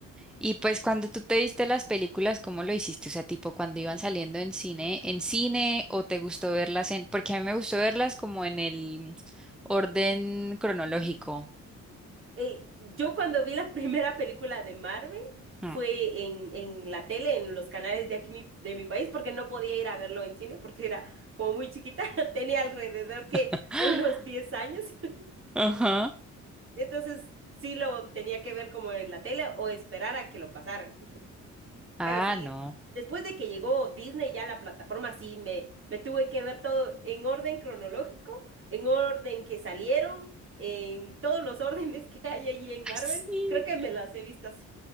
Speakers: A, in the centre; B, on the right (about 45°).
A: Y pues cuando tú te viste las películas, ¿cómo lo hiciste? O sea, tipo cuando iban saliendo en cine, en cine o te gustó verlas en, porque a mí me gustó verlas como en el orden cronológico.
B: Eh, yo cuando vi la <laughs> primera película de Marvel fue
A: Mm.
B: en, en la tele, en los canales de aquí mi- de mi país, porque no podía ir a verlo en cine porque era como muy chiquita, <laughs> tenía alrededor que
A: <gasps>
B: de unos 10 años. <laughs>
A: Ajá.
B: Entonces sí lo tenía que ver como en la tele o esperar a que lo pasaran.
A: Ah,
B: Pero sí,
A: no.
B: después de que llegó Disney ya a la plataforma, sí, me, me tuve que ver todo en orden cronológico, en orden que salieron, en todos los <laughs> órdenes que hay ahí en
A: Ay,
B: Marvel.
A: Sí,
B: Creo que me las he visto así.